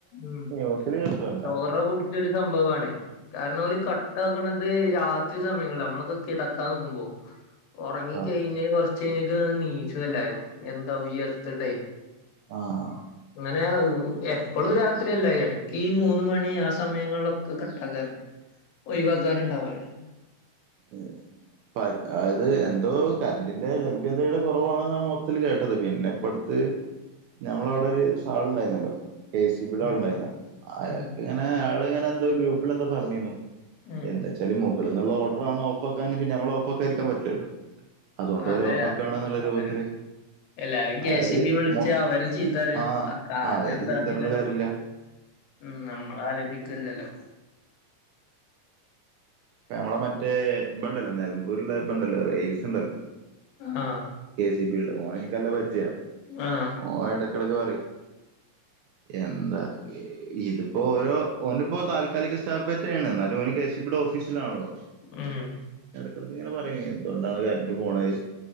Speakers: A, on the left; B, on the right.
A: ഉം
B: ഡോസിൽ കിട്ടും
A: ചോറ കുടിച്ചൊരു സംഭവാണ് കാരനോൽ കട്ടാക്ക്ണത് രാത്രി സമയങ്ങളില നമ്മളൊക്കെ കിടക്കാൻ നിക്കുമ്പോ ഒറങ്ങി
B: ആഹ്
A: കഴിഞ്ഞ കൊറച്ച കഴിഞ്ഞക്ക് നീച്ചല്ലാരും എന്താ ഉയർ തിട്ടെ
B: ആഹ്
A: ങ്ങനെ എപ്പളും രാത്രിയല എ ട ഈ മൂന്ന് മണി ആ സമയങ്ങളിലൊക്കെ കട്ടാക്കാർണ്ട് ഒഴിവാക്കാറ്ണ്ടാവാ
B: ഏ അതായത് എന്തോ കറന്റിന്റെ ലഭ്യതയുടെ കൊറവാണ് ന്നാണ് മൊത്തത്തിൽ കേട്ടത് പിന്നെ പ്പോ ത് ഞമ്മള വിടെ ഒരു സാള് ഉണ്ടായിന്നല്ലോ കെ സി ബിയുടെ
A: ഉം
B: ആള ണ്ടായിന്ന് അയാൾക്ക്
A: ഉം
B: ങ്ങനെ അയാൾ ഇങ്ങനെ എന്തോ ഗ്രൂപ്പിൽ എന്തോ പറഞ്ഞിന്നു
A: ഉം
B: എന്താ ച്ചാല് മുകളിൽന്നുള്ള ഓഡർ ആണ് ഓഫ് ആക്കാന് പിന്നെ നമ്മള് ഓഫാക്കാതിരിക്കാൻ പറ്റില്ലല്ലോ അതുകൊണ്ട്
A: അതെ
B: ഓല് ഓഫ് ആക്കാണ് എന്നുള്ള രൂപത്തില്
A: അവര് എല്ലാരും കെ
B: അതായത്
A: സി ബി വിളിച്ച്ച്
B: മൊ
A: അവര് ചീത്തറിയും
B: ആഹ്
A: കാരണം
B: അവര്
A: എന്താന്നല്ലതോന്നും
B: ചീത്ത പറഞ്ഞിട്ട് കാര്യമില്ല
A: ഉം നമ്മള ആലോചിക്കല്ലല്ലോ
B: പ്പ നമ്മളെ മറ്റേ ബണ്ടല്ലോ നിലമ്പൂരിലെ ബണ്ടല്ലോ റഹീസ് ണ്ടല്ലോ
A: ആഹ്
B: കെ സി ബി ള്ളെ ഓ എനക്ക് ല്ല പരിചയാ
A: ആഹ്
B: ഓ എടക്കെടക്ക് പറയും എന്താ ഇതിപ്പോ ഓരോ ഓനിപ്പോ താൽ ക്കാലിക സ്റ്റാഫ്റ്റെണ് ന്നാലും ഓ കെ സ് ഇ ബിടെ ഓഫ് ഫീസിലാണല്ലോ
A: ഉം
B: എടക്ക്പറെയെ എന്തുകൊണ്ടാണ് കരന്റ് പോണത്